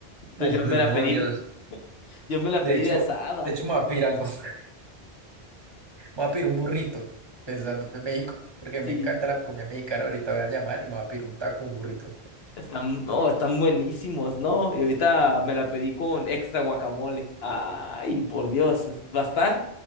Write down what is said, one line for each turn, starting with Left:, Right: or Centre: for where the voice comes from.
Left: Entonces
Right: Uy,
Left: yo me
Right: no,
Left: la pedí,
Right: Dios.
Left: yo me la
Right: De
Left: pedí
Right: hecho,
Left: de asada.
Right: de hecho me voy a pedir algo. <laughs> Me voy a pedir un burrito, pensando en México, porque
Left: Sí.
Right: me encanta la comida mexicana. Ahorita voy a llamar y me voy a pedir un taco, un burrito.
Left: Están, no, están buenísimos, ¿no? Y ahorita me la pedí con extra guacamole. Ay, por Dios, es- va a estar